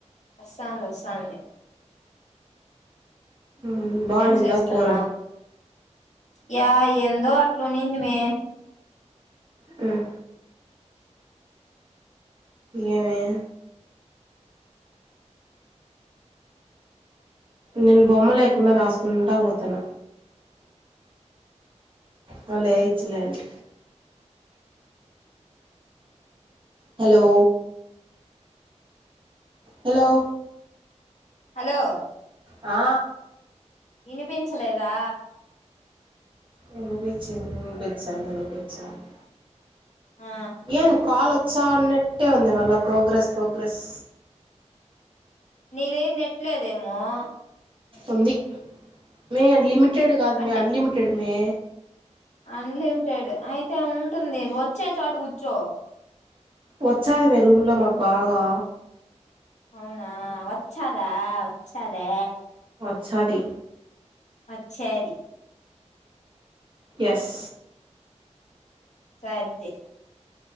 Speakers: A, on the left; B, on the right.
A: వస్సాద్ వసాంది
B: ఉమ్ బావుండింద
A: ఏం చేస్తున్నావ్
B: కూర
A: యా ఎందో అట్లుండింది మే
B: మ్మ్ ఏమే నేను బొమ్మ లేకుండా రాసుకుంటా పోతాన్న. మల్లేయ్యచ్చులే అని హలో హలో
A: హలో
B: ఆ
A: ఈనిపించలేదా
B: ఈనిపించింది ఈనిపించంద్ ఈనిపించంద్
A: ఆ
B: ఏన్ద్ కాలోత్ చ్చ అన్నట్టే ఉంది. మళ్ళా ప్రోగ్రస్ ప్రోగ్రస్
A: నీదేం నెట్లేదే యం మోహ్
B: ఉంది మే అన్డ్లిమిట్ లిమిటెడ్ కాదుమే
A: అంటే
B: అన్లిమిటెడ్మే
A: అన్లిమిటెడ్ అయితే ఉంటుంది. వచ్చే చోట కూర్చో
B: వచ్చాది మే రూమ్ లో మాక్ బాగా
A: అవునా చ్చదా వచ్చదా
B: చ్చది.
A: వచ్చది
B: ఎస్
A: సాధ్యే